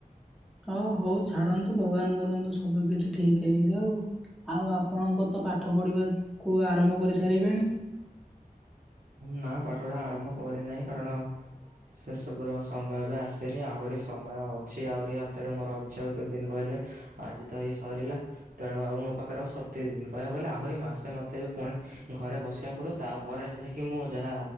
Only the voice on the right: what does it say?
ନା ପାଠପଢା ଆରମ୍ଭ କରିନାହିଁ କାରଣ ସେସବୁର ସମୟ ଏବେ ଆସେନି ଆହୁରି ସମୟ ଅଛି ଆହୁରି ହାତରେ ମୋର ଅଛି ଆଉ କେତେ ଦିନ କହିଲେ ଆଜି ତ ଏଇ ସରିଲା ତେଣୁ ଆଉ ମୋ ପାଖରେ ଆଉ ସତେଇଶ ଦିନ କହିବାକୁ ଗଲେ ଆହୁରି ମାସେ ମତେ ଏବେ ପୁଣି ଘରେ ବସିବାକୁ ପଡିବ ତାପରେ ଯାଇକି ମୁଁ ଯାହା